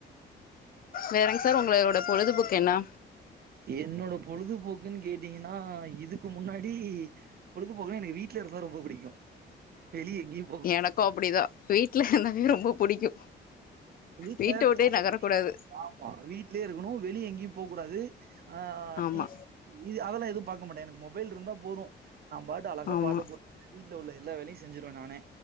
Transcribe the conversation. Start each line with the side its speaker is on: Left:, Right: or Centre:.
Left: வேறங் சார் உங்களோட பொழுதுபோக்கு என்னா
Right: என்னோட பொழுதுபோக்குன்னு கேட்டீங்ன்னா இதுக்கு முன்னாடி பொழுதுபோக்குனா எனக்கு வீட்ல இருந்தா ரொம்ப புடிக்கி வெளிய எங்கயு
Left: எனக்கு அப்டிதா வீ் ட்ல இருந்தாவே ரொம்ப புடிக்கு
Right: வீட்ல
Left: வீட்டவுட்டே
Right: அது
Left: நகரக்கூடாது
Right: ஆமா வீட்லயே இருக்கனோ வெளிய எங்கியு போ கூடாது ஆ
Left: ஆமா
Right: டி வி இது அதெல்லா எதுவு பாக்க மாட்ட எனக்கு மொபைல் இருந்தா போது நா பாட்டு அழகா
Left: ஆமா
Right: பாட்ட போட்டு வீட்ல உள்ள எல்லா வேலையு செஞ்சிருவ நானே